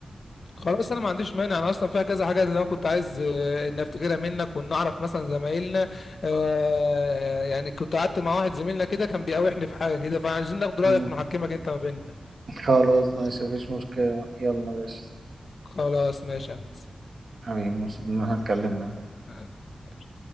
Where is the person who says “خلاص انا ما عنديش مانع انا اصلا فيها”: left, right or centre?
Left